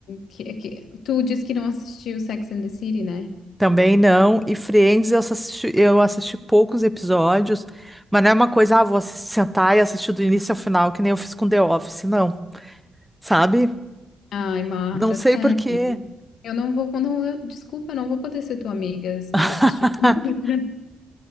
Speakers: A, on the left; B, in the centre.
A: que, que- tu disse que não assistiu Sex and the City, né?
B: Também não. E Friends, eu assisti, eu assisti poucos episódios, mas não é uma coisa, ah, vou assis- sentar e assistir do início ao final, que nem eu fiz com The Office, não. Sabe?
A: Ai, Marta,
B: Não sei
A: sério.
B: por quê.
A: Eu não vou, quando eu, desculpa, eu não vou poder ser tua amiga se tu
B: <laughs>
A: não assistir. <laughs>